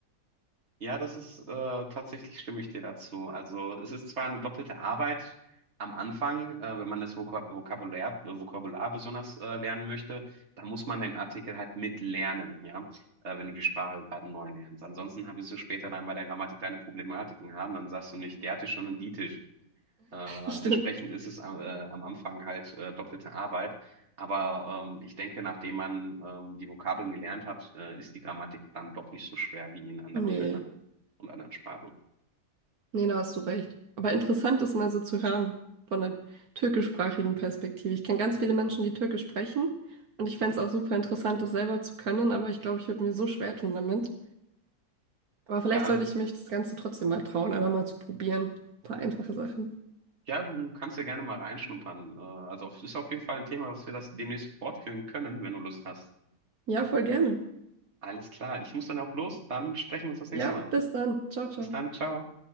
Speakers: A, on the right (about 40°); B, on the right (about 60°).
A: Ja, das ist äh, tatsächlich stimme ich dir dazu. Also es ist zwar eine doppelte Arbeit am Anfang, äh, wenn man das Vokab Vokabular, äh, Vokabular besonders äh, lernen möchte, dann muss man den Artikel halt mitlernen, ja, äh, wenn du die Sprache gerade neu lernst. Ansonsten wirst du später dann bei der Grammatik deine Problematiken haben, dann sagst du nicht der Tisch, sondern die Tisch. Äh,
B: <laughs> Stimmt.
A: entsprechend ist es am, äh, am Anfang halt äh, doppelte Arbeit. Aber ähm, ich denke, nachdem man ähm, die Vokabeln gelernt hat, äh, ist die Grammatik dann doch nicht so schwer wie in anderen
B: Nee.
A: Ländern und anderen Sprachen.
B: Nee, da hast du recht. Aber interessant ist mal so zu hören von der türkischsprachigen Perspektive. Ich kenne ganz viele Menschen, die Türkisch sprechen und ich fände es auch super interessant, das selber zu können, aber ich glaube, ich würde mir so schwer tun damit. Aber vielleicht
A: Ja,
B: sollte ich mich das Ganze trotzdem mal trauen, einfach mal zu probieren. Ein paar einfache Sachen.
A: ja, du kannst ja gerne mal reinschnuppern. Äh, also es ist auf jeden Fall ein Thema, was wir das demnächst fortführen können, wenn du Lust hast.
B: Ja, voll gerne.
A: Alles klar. Ich muss dann auch los. Dann sprechen wir uns das nächste
B: Ja,
A: Mal.
B: bis dann. Ciao, ciao.
A: Bis dann. Ciao.